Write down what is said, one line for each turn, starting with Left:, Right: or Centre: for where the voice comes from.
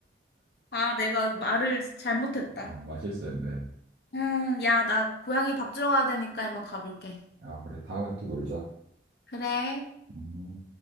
Left: 아, 내가 말을 잘못했다.
Right: <laughs> 어, 마실수였네.
Left: 음, 야, 나 고양이 밥 주러 가야 되니까 이만 가볼게.
Right: 아, 그래. 다음에 또 놀자.
Left: 그래.
Right: 음.